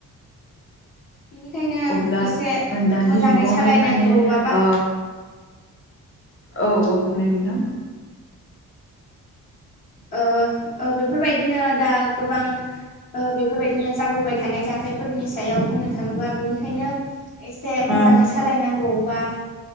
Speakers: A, on the left; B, on the left.
A: बेनिखायनो
B: अब्ला
A: एसे
B: दानि
A: मोजाङै
B: जुगावहाय
A: सालायनांगौबा
B: माने
A: बा
B: ओ औ औ बुंनाय नोंथां।
A: ओ ओ बेफोरबायदिनो दा गोबां बेफोरबायदिनो जाबोबाय थानाय जाथायफोरनि सायाव बुंनो थाङोबा बिनिखायनो एसे मोजाङै
B: ओ
A: सालायनांगौबा